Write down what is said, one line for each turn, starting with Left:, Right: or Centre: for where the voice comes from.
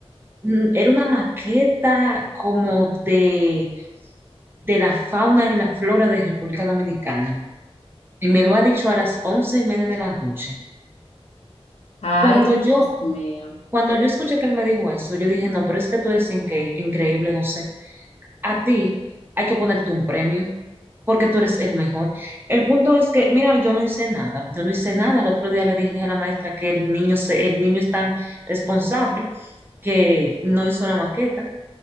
Right: mm, era una maqueta como de, de la fauna y la flora de República Dominicana. Y me lo ha dicho a las once y media de la noche.
Left: Ay,
Right: Cuando yo,
Left: Dios mío.
Right: cuando yo escuché que él me dijo eso, yo dije, no, pero es que tú eres inque- increíble, José. a ti hay que ponerte un premio porque tú eres el mejor. El punto es que, mira, yo no hice nada, yo no hice nada. El otro día le dije a la maestra que el niño, se, el niño es tan responsable que no hizo la maqueta